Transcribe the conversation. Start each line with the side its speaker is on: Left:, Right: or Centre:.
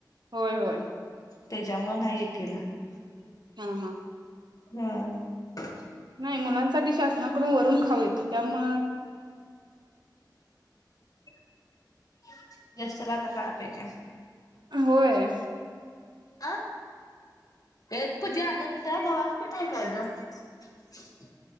Right: होय होय.
Left: त्याच्यामुळ नाही हे केलं <inaudible>
Right: हां हां
Left: हहा
Right: नाही मुलांसाठी शासनाकडून वरून खाऊ येत त्यामुळ
Left: <inaudible> ज्याच त्याला आता कळायला पाहिजे?
Right: होय
Left: अ ये पुजा अधन गव्हाच पीठ हाय काय ग <unintelligible>